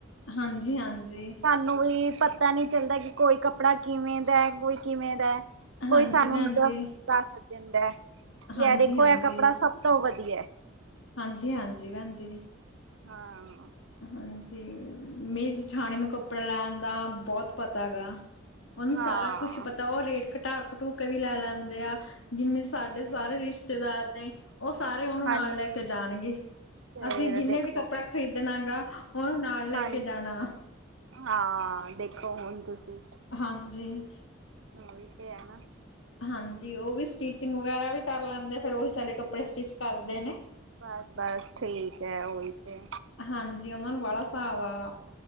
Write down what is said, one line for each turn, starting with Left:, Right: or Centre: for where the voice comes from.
Left: ਹਾਂਜੀ ਈ ਹਾਂਜੀ ਈ
Right: ਨੋ ਵੀ ਪਤਾ ਨਹੀਂ ਚੱਲਦਾ ਆ ਕਿ ਕੋਈ ਕੱਪੜਾ ਕਿਵੇਂ ਦਾ ਐ ਕੋਈ ਕਿਵੇਂ ਦਾ ਐ ਕੋਈ
Left: ਹਾਂਜੀ
Right: ਸਾਨੂੰ
Left: ਭੈਣ
Right: ਨੀ ਦੱਸ
Left: ਜੀ।
Right: ਸੱਜਣ ਦਾ ਕੀ
Left: ਹਾਂਜੀ-ਹਾਂਜੀ,
Right: ਐ ਦੇਖੋ ਐ ਕੱਪੜਾ ਸਭ ਤੋਂ ਵਧੀਆ ਐ
Left: ਹਾਂਜੀ ਈ ਹਾਂਜੀ ਈ ਭੈਣ ਜੀ ਈ
Right: ਹਾਂ ਆ
Left: ਹਾਂਜੀ ਈ ਮੇਰੀ ਜਠਾਣੀ ਨੂੰ ਕੱਪੜੇ ਲਾਣ ਦਾ ਬਹੁਤ ਪਤਾ ਹੈਗਾ ਆ ਉਹਨੂੰ
Right: ਹਾਂ।
Left: ਸਾਰਾ ਕੁਛ ਪਤਾ ਉਹ ਰੇਟ ਘਟਾ ਆ ਘਟੂ ਉ ਕੇ ਵੀ ਲੈ ਲੈਂਦੇ ਆ ਜਿੰਨੇ ਸਾਡੇ
Right: ਤੇ
Left: ਸਾਰੇ ਰਿਸ਼ਤੇ ਰਿਸ਼ਤੇਦਾਰ ਵੀ ਉਹ ਸਾਰੇ ਉਹਨੂੰ
Right: ਹਾਂਜੀ
Left: ਨਾਲ ਲੈ ਕੇ ਜਾਣਗੇ ਏ
Right: ਫੇਰ
Left: ਅਸੀਂ ਜਿੰਨੇ
Right: ਦੇਖੋ
Left: ਵੀ ਕੱਪੜੇ ਏ ਜਿਨਾਂ ਦਾ ਆ ਉਹਨੂੰ ਨਾਲ ਲੈ
Right: ਹਾਂਜੀ।
Left: ਕੇ ਜਾਣਾ ਆ
Right: ਹਾਂ ਆ ਦੇਖੋ ਹੁਣ ਤਸੀ ਈ
Left: ਹਾਂਜੀ ਈ
Right: ਉਈ ਤਾਂ ਹੈ ਨਾ
Left: ਹਾਂਜੀ ਈ ਉਹ ਵੀ ਈ ਸਟੀਚਿੰਗ ਵਗੈਰਾ ਵੀ ਕਰ ਲੈਂਦੇ ਆ ਫਿਰ, ਉਹੀ ਸਾਡੇ ਕੱਪੜੇ ਸਟਿਚ ਕਰਦੇ ਨੇ
Right: ਬਸ-ਬਸ ਠੀਕ ਐ ਓਈ ਤੇ
Left: ਹਾਂਜੀ, ਓਨਾਂ ਨੂੰ ਵਾਲਾ ਸਾਬ ਆ।